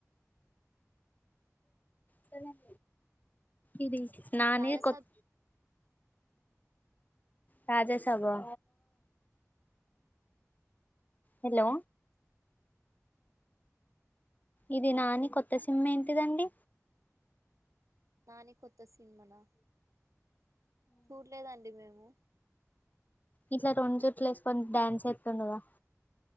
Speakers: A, on the left (about 30°); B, on the right (about 70°).
A: సరేం ఇది నానేే
B: రాజసాబ్
A: కొత్త రాజసాబ్ ఆ హలో ఇది నాని కొత్త సినిమా ఏంటిదండి
B: నాని కొత్త త్త సినిమా నా చూడలేదండి మేము
A: ఇట్లా రెండు చుట్లు వేసుకొని డాన్స్ వేస్తుండగా